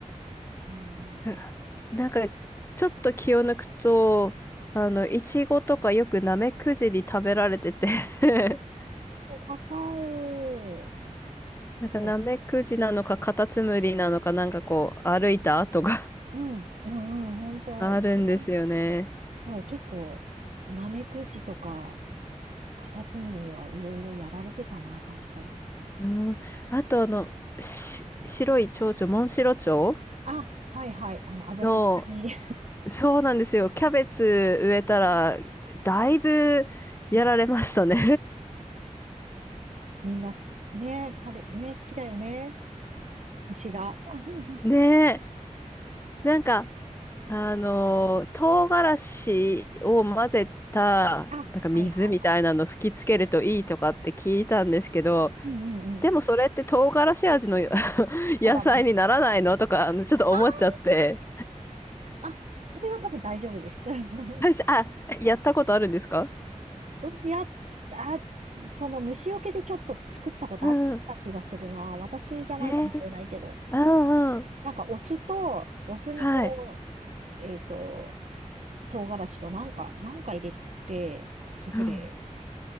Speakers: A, on the right; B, on the left.
A: うん
B: <laughs>
A: うんうん。
B: なんかちょっと気を抜くと、あの、イチゴとかよくナメクジに食べられてて <laughs>
A: わかる。
B: なんかナメクジなのかカタツムリなのかなんかこう歩いた跡が
A: そう、うん、うん、うん、本当、
B: <laughs> あるんですよね。
A: 一番、そう、結構、ナメクジとか、カタツムリにはいろいろやられてたな、確かに。
B: うん、あとあの、し、白い蝶々、モンシロチョウ
A: あ、はいはい、あの、油の中に
B: のそうなんですよ。キャベツ植えたら、だいぶやられましたね
A: <laughs> みんなす、ね、彼、ね、好きだよね、牛が。<laughs>
B: <laughs> ねえ。なんか、あのー、唐辛子を混ぜた、
A: あ、
B: なんか水みたいなの吹きつけるといいとかって聞いたんですけど、
A: はいはいはい。うんうんうん。
B: でもそれって唐辛子味の <laughs> 野菜にならないのとか、
A: ただの。<laughs> あ
B: あのちょっと思っちゃって。
A: あ、あ、それは多分大丈夫です。<laughs>
B: 大丈夫あ、やったことあるんですか
A: うんやっ、あ、つその虫除けでちょっと作ったことあった気がするな。
B: うん。
A: 私じゃないかもしれないけど。
B: えー、うんうん。
A: なんかお酢と、お酢にこ
B: はい。
A: う、えっと、唐辛子となんか、なんか入れて、スプレー
B: うん。